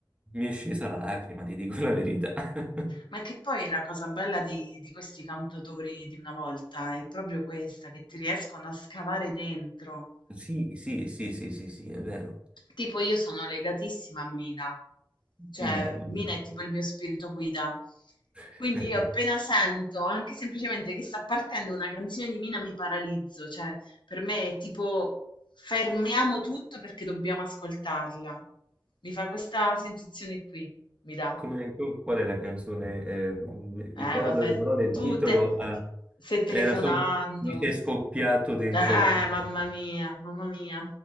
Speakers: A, on the right; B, on the left.
A: mi è scesa la lacrima, ti dico
B: Mh.
A: la verità. <laughs>
B: Ma che poi la cosa bella di di questi cantautori di una volta è proprio questa, che ti riescono a scavare dentro.
A: Sì, sì, sì, sì, sì, sì, è vero.
B: Tipo io sono legatissima a Mina, cioè
A: Mm, mm.
B: Mina è tipo il mio spirito guida.
A: <laughs>
B: Quindi io appena sento, anche semplicemente che sta partendo una canzone di Mina, mi paralizzo, cioè per me è tipo fermiamo tutto perché dobbiamo ascoltarla. Mi fa questa sensazione qui, mi dà.
A: Come, come- qual è la canzone? Eh, mi ricordo
B: Eh vabbè,
A: le parole, il
B: tu
A: titolo
B: te
A: eh,
B: stai telefonando.
A: era solo Mi sei scoppiato dentro
B: Eh,
A: al cuore.
B: mamma mia, mamma mia,